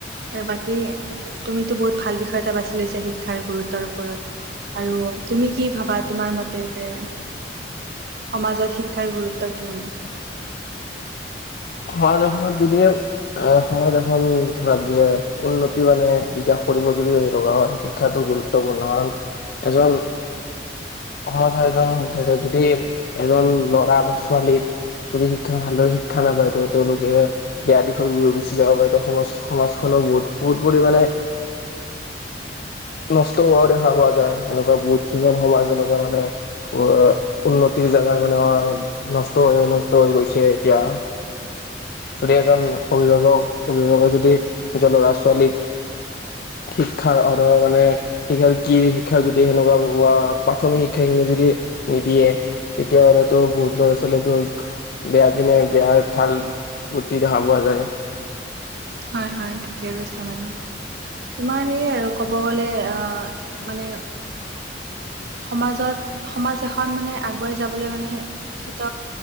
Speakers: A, on the right (about 60°); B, on the left (about 55°).
A: আৰু বাকী তুমিতো বহুত ভাল বিষয় এটা বাছি লৈছা শিক্ষাৰ গুৰুত্বৰ ওপৰত আৰু তুমি কি ভাবা তোমাৰ মতে যে সমাজত শিক্ষাৰ গুৰুত্ব কিয়নে
B: হয় যখোন যদিহে এ সমাজ এখন ধৰা বি উন্নতি মানে বিকাশ কৰিব যদি লগা হয় শিক্ষাতো গুৰুত্বপূৰ্ণ কাৰণ এজন সমাজৰ এজন যদি এজন ল'ৰা বা ছোৱালী যদি শিক্ষা ভালদৰে শিক্ষা নাপায় ত তেওঁলোকে বেয়া দিশত গুচি যাব পাৰে তো সমাজ সমাজখনো বহুত বহুত পৰিমাণে <unintelligible> নষ্ট হোৱাও দেখা পোৱা যায় এনেকুৱা বহুত কেইখন সমাজ এনেকুৱা মানে অ উন্নতিৰ জেগাত মানে অ নষ্ট হৈ নষ্ট হৈ গৈছে এতিয়া যদি এজন অভিভাৱক অভিভাৱকে যদি নিজৰ ল'ৰা ছোৱালীক শিক্ষাৰ অৰ মানে শিক্ষাৰ কি শিক্ষাৰ যদি সেনেকুৱা ৱা প্ৰাথমিক শিক্ষা যদি নিদিয়ে তেতিয়াহ'লে টো বহুত ল'ৰা ছোৱালীয়ে টো বেয়া পিনে বেয়া ভাল গুটি দেখা পোৱা যায়
A: হয় হয় ঠিকে কৈছা বাৰু তোমাৰ সেয়ে আৰু ক'ব গ'লে আহ মানে সমাজত সমাজ এখন মানে আগুৱাই যাবলৈ মানে শিক্ষিত